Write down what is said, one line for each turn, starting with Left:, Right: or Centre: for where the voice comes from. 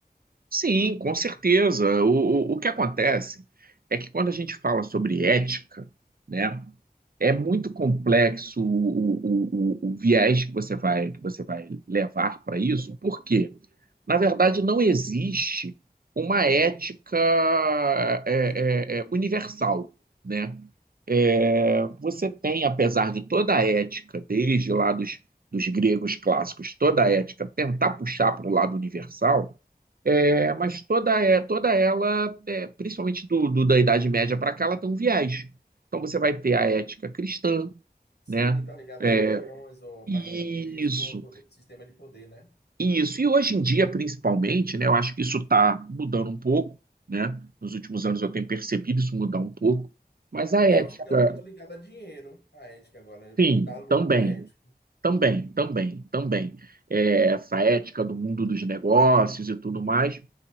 Right: Sim, com certeza. O, o, o que acontece é que quando a gente fala sobre ética, né, é muito complexo o, o, o, o viés que você vai, que você vai levar para isso, porque, na verdade, não existe uma ética é,
Left: Única.
Right: é, é, universal, né? É, você tem, apesar de toda a ética, desde lá dos, dos gregos clássicos, toda a ética tentar puxar para o lado universal, é, mas toda, é, toda ela, é, principalmente do, do- da Idade Média para cá, ela tem um viés. Então você vai ter a ética cristã,
Left: Sim,
Right: né?
Left: tá ligado
Right: É,
Left: a religiões, ou a
Right: isso,
Left: partido político, ou a poder- sistema de poder, né?
Right: isso. E hoje em dia, principalmente, né? Eu acho que isso está mudando um pouco, né? Nos últimos anos eu tenho percebido isso mudar um pouco. Mas a ética,
Left: Tá ficando muito ligado a dinheiro, a ética agora.
Right: sim,
Left: Dar lucro
Right: também,
Left: é ético.
Right: também, também, também. É, essa ética do mundo dos negócios e tudo mais.